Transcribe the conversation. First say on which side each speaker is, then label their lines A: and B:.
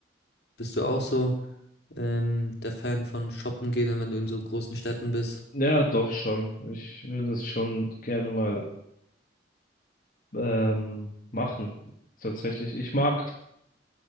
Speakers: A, on the left (about 65°); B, on the left (about 45°).
A: Bist du auch so, ähm, der Fan von shoppen gehen, wenn du in so großen Städten bist?
B: Ja, doch schon. Ich will das schon gerne mal ähm, machen. Tatsächlich. Ich mag